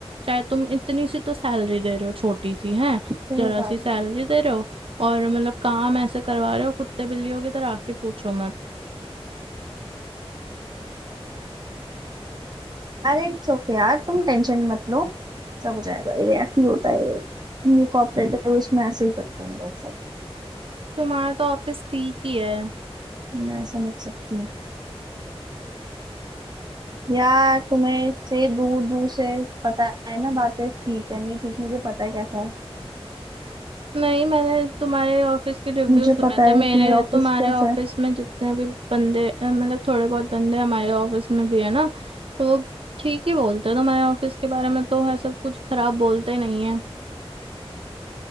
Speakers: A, on the right; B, on the right.
A: चाहे तुम इतनी सी तो सैलरी दे रहे हो छोटी सी है
B: सही
A: जरा
B: बात
A: सी सैलरी
B: है
A: दे रहे हो और मतलब काम ऐसे करवा रहे हो कुत्ते बिल्लियों की तरह आके पूछो मत
B: अरे इट्स ओके यार तुम टेंशन मत लो सब हो जाएगा ये ऐसे ही होता है ये कॉपरेटिव उसमें ऐसे ही करते हैं लोग सब
A: तुम्हारा तो ऑफिस ठीक ही है
B: मैं समझ सकती हूँ यार तुम्हें से दूर दूर से पता है ना बातें ठीक है नहीं ठीक मुझे पता है कैसा है
A: नहीं मैंने तुम्हारे ऑफिस के रिव्यू
B: मुझे
A: सुने
B: पता
A: थे
B: है
A: मेरे
B: कि मेरा ऑफिस
A: तुम्हारे
B: कैसा
A: ऑफिस
B: है
A: में जितने भी बंदे अ, मतलब थोड़े बहुत बंदे हमारे ऑफिस में भी है ना तो वो ठीक ही बोलते हैं तुम्हारे ऑफिस के बारे में तो है सब कुछ खराब बोलते नहीं है